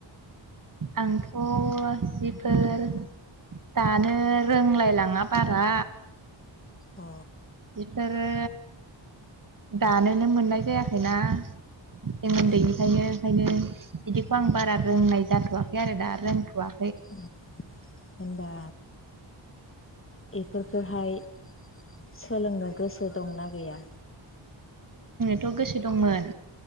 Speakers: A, on the right; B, on the left.
A: आंथ' जिफोर दानो रोंलायलाङा बारा।
B: अ
A: बेफोरो दानोनो मोननाय जायाखैना जों
B: अ
A: उन्दैनिफ्रायनो। खायनो इदिखौ आं बारा रोंनाय जाथ'वाखै आरो दा रोंथ'आ।
B: अ' होनबा एफोरखो हाय सोलोंनो गोसो दंना गैया?
A: थ' गोसो दंमोन